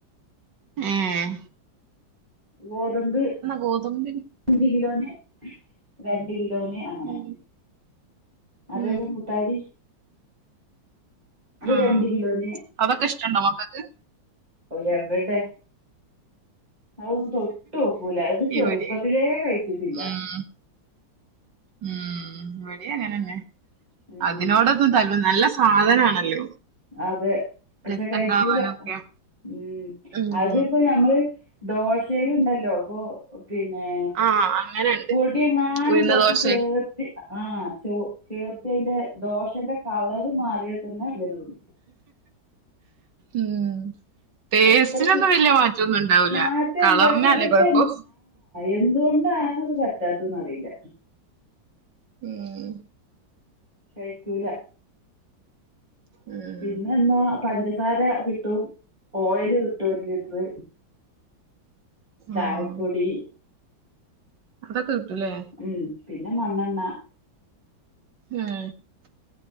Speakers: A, on the right; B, on the right.
A: ഏഹ്
B: ഗോതമ്പ്.
A: ഗോതമ്പി
B: അഞ്ച് കിലോന്, രണ്ട് കിലോന്. അങ്ങനെ
A: ഉം
B: അതെപ്പ
A: ഉം
B: മുത്താരി അത്
A: ആഹ്
B: രണ്ട് കിലോന്
A: അതൊക്കെ ഇഷ്ടണ്ടോ മക്കക്ക്
B: ഓഹ് എവെടെ അതൊന്നും തൊട്ടോക്കൂല ഇത് ചെറുപ്പത്തിലേ
A: ഇവിടെ
B: കഴിച്ചിട്ടില്ല
A: ഉം ഉം ഇവടിം അങ്ങനെന്നെ
B: ഉം
A: അതിനോടൊന്നും തല് നല്ല സാധനാണല്ലോ
B: അതെ പക്ഷെ
A: രക്തം
B: കഴിക്കൂല
A: ഉണ്ടാവാനൊക്കെ
B: ഉം
A: ഉം
B: അതിപ്പോ ഞ നമ്മള് ദോശേല്ണ്ടല്ലോ പ്പോ പിന്നേ
A: ആഹ് അങ്ങനെണ്ട്
B: പൊട്യെങ്ങാനും
A: ഉഴുന്ന
B: കൊർച്ച്
A: ദോശ
B: ചേർത്തി ആഹ് ചോ ചേർത്തി അയ്ന്റെ ദോശന്റെ കളർ മാറ്യാതന്നെ ഇവര്തിന്നു
A: ഉം ടേസ്റ്റിനൊന്നും
B: അത്രക്ക് ഇഷ്-
A: വെല്ല്യെ മാറ്റൊന്നുണ്ടാവ്ല
B: മാറ്റല്ല
A: കളർനാല്ലേ
B: പക്ഷെ ഇവർക്ക്
A: കൊയ്പ്പോ
B: എന്ത് കൊണ്ടാണത് പറ്റാത്തന്ന് അറീല്ല
A: ഉം
B: കഴിക്കൂല
A: ഉം
B: പിന്നെന്താ പഞ്ചസാരകിട്ടും ഓയില്കിട്ടും ഒരു ലിറ്റർ ച്ചായപ്പൊടി
A: ആഹ് അതൊക്കെ കിട്ടുലേ
B: ഉം പിന്നെ മണ്ണെണ്ണ
A: ഉം